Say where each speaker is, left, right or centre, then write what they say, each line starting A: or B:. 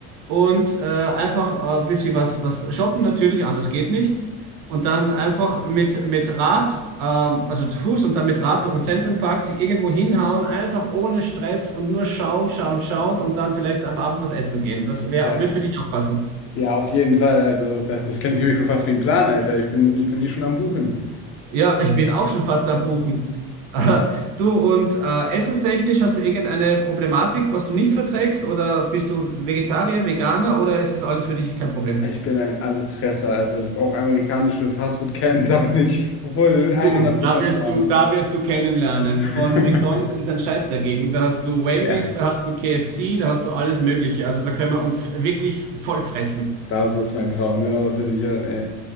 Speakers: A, on the right; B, on the left.
A: und äh, einfach äh, ein bisschen was, was shoppen natürlich, anders geht nicht. Und dann einfach mit, mit Rad, ähm, also zu Fuß und dann mit Rad durch den Central Park sich irgendwo hinhauen, einfach ohne Stress und nur schauen, schauen, schauen und dann vielleicht am Abend was essen gehen. Das wär,
B: Tja,
A: wird für dich auch passen.
B: ja, auf jeden Fall. Also das, das klingt für mich schon fast wie ein Plan, Alter. Ich bin, ich bin hier schon am Buchen.
A: Ja, ich bin auch schon fast am Buchen. <laughs> Äh, Du und äh, essenstechnisch hast du irgendeine Problematik, was du nicht verträgst? Oder bist du Vegetarier, Veganer oder ist das alles für dich kein Problem?
B: Ich bin ein Allesfresser. Also auch amerikanische Fastfood-Ketten, <laughs> da bin ich wohl
A: Du,
B: 100%
A: da wirst
B: zu haben.
A: du, da wirst du kennenlernen.
B: <laughs>
A: Von McDonald's ist ein Scheiß dagegen. Da hast du Wendy's,
B: Ja,
A: da hast du KFC, da hast du alles Mögliche. Also da können wir uns wirklich voll fressen.
B: das ist mein Traum. Genau das will ich hören, ey.